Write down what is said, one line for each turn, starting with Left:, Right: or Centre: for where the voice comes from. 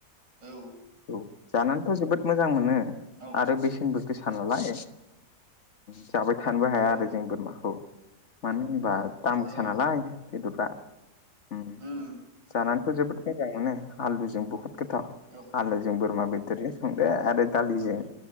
Right: औ
Left: औ जानानैथ' जोबोद मोजां मोनो
Right: औ
Left: आरो बेसेनबो गोसा नालाय जाबाय थानोबो हाया
Right: औ
Left: आरो जों बोरमाखौ मानो होनबा दाम गोसा
Right: औ
Left: नालाय बेदरा ओम
Right: उम
Left: जानानैथ' जोबोद <unintelligible> मोनो आलुजों बहुत गोथाव
Right: औ
Left: आलोजों बोरमा बेदरजों संदो आरो दालिजों
Right: औ